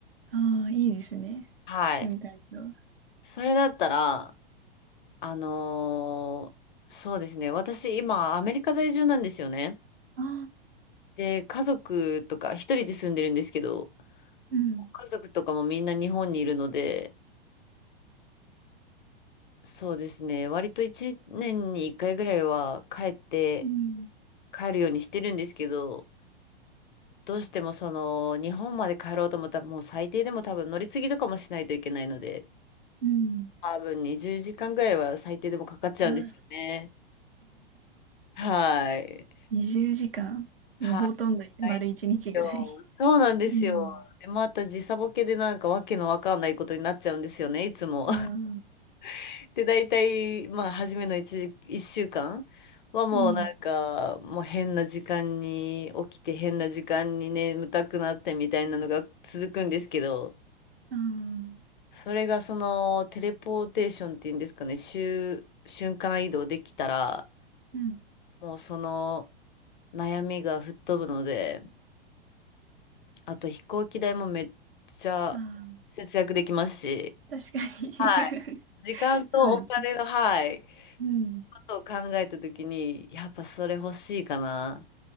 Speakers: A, on the right; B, on the left.
A: ああ、いいですね。
B: はい。
A: 瞬間移動。あ
B: それだったら、あのーそうですね。私、今、アメリカ在住なんですよね。
A: あ、
B: で、家族とか、一人で住んでるんですけど、
A: うん、
B: 家族とかもみんな日本にいるので、そうですね。割と一年に一回ぐらいは帰って、
A: うん、
B: 帰るようにしてるんですけど、どうしてもその日本まで帰ろうと思ったらもう最低でも多分乗り継ぎとかもしないといけないので
A: うん。
B: 多分20時間ぐらいは最低でもかかっちゃうんですよね。
A: わあ
B: はい。
A: 20時間 <laughs>。
B: は
A: もうほとんど丸1日ぐらい。
B: い。よそうなんですよ。
A: うん。
B: で、また時差ボケでなんかわけのわかんないことになっちゃうんですよね、いつも。
A: ああ、
B: <laughs> で、大体、まあ、初めの1 1週間はもうなんか、
A: うん。
B: もう変な時間に起きて、変な時間に眠たくなってみたいなのが続くんですけど、
A: ああ、
B: それがそのテレポーテーションっていうんですかね、瞬瞬間移動できたら、
A: うん。
B: もうその悩みが吹っ飛ぶので、あと飛行機代もめっちゃ節約できますし、
A: ああ、確かに
B: はい。時間とお金の、
A: <laughs> そうですね。
B: はい、
A: うん。
B: ことを考えたときに、やっぱそれ欲しいかな。